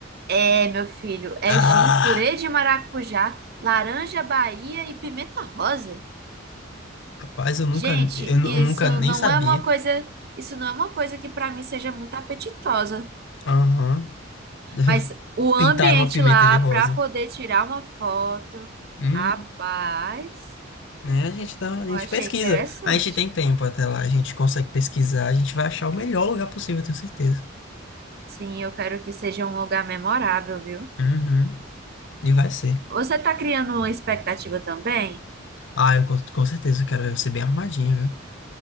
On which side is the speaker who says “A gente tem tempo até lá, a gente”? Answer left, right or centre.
Left